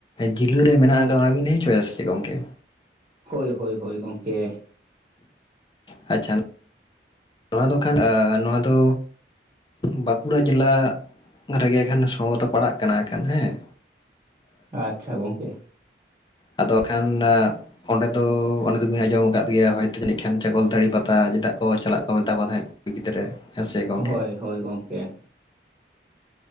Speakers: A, on the left; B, on the right.
A: ᱡᱤᱞᱩ ᱨᱮ ᱢᱮᱱᱟᱜ ᱟᱠᱟᱫᱟ ᱚᱱᱟ ᱵᱤᱱ ᱞᱟᱹᱭ ᱦᱚᱪᱚᱭᱮᱫᱟ ᱥᱮ ᱪᱮᱫ ᱜᱚᱝᱠᱮ
B: ᱦᱳᱭ ᱦᱳᱭ ᱦᱳᱭ ᱜᱚᱝᱠᱮ
A: ᱟᱪᱪᱷᱟ ᱱᱚᱣᱟ ᱫᱚ ᱠᱷᱟᱱ ᱟᱸ ᱱᱚᱣᱟ ᱫᱚ ᱵᱟᱸᱠᱩᱲᱟ ᱡᱮᱞᱟ ᱨᱮᱜᱮ ᱠᱷᱟᱱ ᱥᱚᱢᱵᱷᱚᱵᱚᱛᱚ ᱯᱟᱲᱟᱜ ᱠᱟᱱᱟ ᱡᱟᱸᱜᱟ ᱠᱷᱟᱱ ᱦᱮᱸ
B: ᱟᱪᱪᱷᱟ ᱜᱚᱝᱠᱮ
A: ᱟᱫᱚ ᱦᱟᱸᱜ ᱠᱷᱟᱱ ᱚᱸᱰᱮ ᱫᱚ ᱚᱸᱰᱮ ᱫᱚ ᱵᱤᱱ ᱟᱸᱡᱚᱢ ᱟᱠᱟᱫ ᱜᱮᱭᱟ ᱦᱚᱭᱛᱳ ᱡᱟᱹᱱᱤᱡ ᱠᱷᱟᱱ ᱪᱟᱠᱚᱞᱛᱟᱹᱲᱤ ᱯᱟᱛᱟ ᱪᱮᱫᱟᱜ ᱠᱚ ᱪᱟᱞᱟᱜ ᱠᱚ ᱢᱮᱛᱟ ᱠᱚ ᱛᱟᱦᱮᱸᱫ ᱠᱩᱲᱤ ᱜᱤᱫᱽᱨᱟᱹ ᱦᱮᱸ ᱥᱮ ᱜᱚᱝᱠᱮ
B: ᱦᱳᱭ ᱦᱳᱭ ᱜᱚᱝᱠᱮ